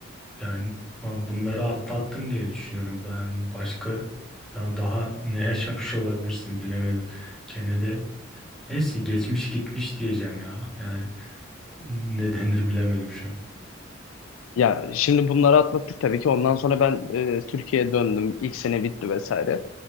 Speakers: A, in the centre; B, on the left.
A: yani ben bunları atlattın diye düşünüyorum. Ben başka ben daha ne yaşamış olabilirsin bilemedim. Gene de neyse geçmiş gitmiş diyeceğim ya. Yani ne denir bilemedim şu an.
B: Ya şimdi bunları atlattık tabii ki. Ondan sonra ben e, Türkiye'ye döndüm. İlk sene bitti vesaire.